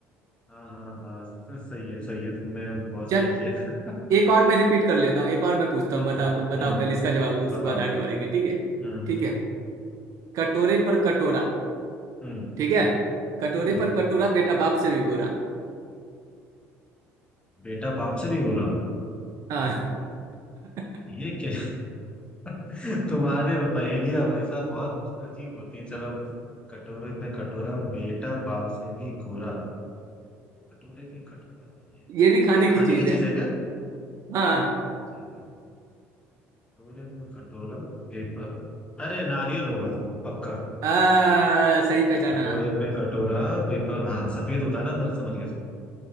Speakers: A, on the left; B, on the right.
A: हाँ हाँ हाँ, स- सही है सही है तुमने बहुत
B: चल
A: सही किया
B: एक और मैं रिपीट कर लेता हूँ एक और मैं पूछता हूँ
A: हम्म
B: बताओ बताओ
A: हम्म
B: पहले इसका जवाब दो उसके
A: बताओ
B: बाद आगे बढ़ेंगे ठीक है
A: हम्म
B: ठीक है कटोरे पर कटोरा
A: हम्म
B: ठीक है कटोरे
A: हम्म
B: पर कटोरा बेटा बाप से भी गोरा
A: बेटा बाप से भी गोरा
B: हाँ <laughs>
A: ये क्या <laughs> तुम्हारे पहेलियां भाई साहब बहुत अजीब होती है चलो कटोरे पे कटोरा बेटा बाप से भी गोरा कटोरे पे कटोरा ये
B: ये भी खाने
A: क्या
B: की
A: खाने
B: चीज
A: की
B: है
A: चीज है क्या
B: हाँ
A: चीज है कटोरे पे कटोरा पेपर अरे नारियल होगा पक्का
B: आ, सही पहचाना
A: कटोरे पे कटोरा पेपर हाँ सफेद होता है ना अंदर समझ गया